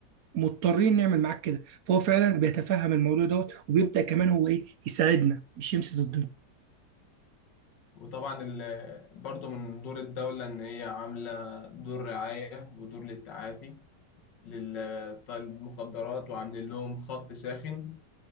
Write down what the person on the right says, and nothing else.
مضطرين نعمل معاك كده فهو فعلا بيتفهم الموضوع دوت وبيبدا كمان هو ايه يساعدنا مش يمشي ضدنا